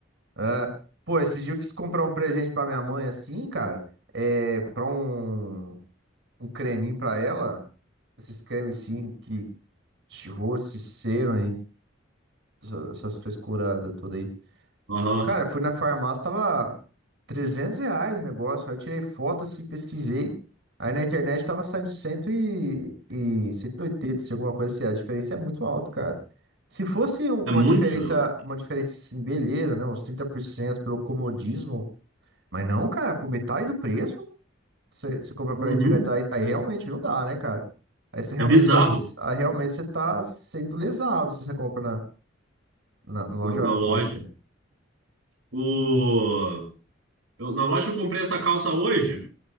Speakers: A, on the right (about 65°); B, on the right (about 80°).
A: Ah, Pô, esses dias eu quis comprar um presente para minha mãe assim, cara. É, comprar um, um creminho para ela. Esses cremes assim, que de rosto, cera, hein? Essas essas frescuradas todas aí.
B: Aham.
A: Cara, fui na farmácia, tava 300 reais o negócio. Aí eu tirei foto, assim, pesquisei. Aí na internet tava saindo 100 e, e 180, se alguma coisa assim. A diferença é muito alta, cara. Se fosse um-
B: É
A: uma
B: muito.
A: diferença, uma diferença assim, beleza, né? Uns 30% pelo comodismo. Mas não, cara, por metade do preço, você você compra pela
B: Uhum.
A: internet, aí, aí realmente não dá, né, cara? Aí você realmente
B: É bizarro
A: tá, aí realmente você tá sendo lesado se você compra na, na na loja
B: na, na
A: física.
B: loja. O, eu- na loja que eu comprei essa calça hoje,